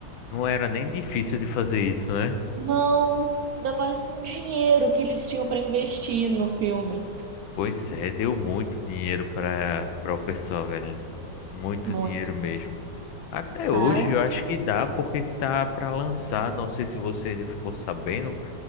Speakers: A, on the left; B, on the right.
A: não era nem difícil de fazer isso, né?
B: Não, ainda mais com o dinheiro que eles tinham pra investir no filme.
A: Pois é, deu muito dinheiro para para o pessoal, velho. Muito
B: Muito,
A: dinheiro mesmo. Até hoje
B: tá?
A: eu acho que dá, porque tá para lançar, não sei se você ficou sabendo,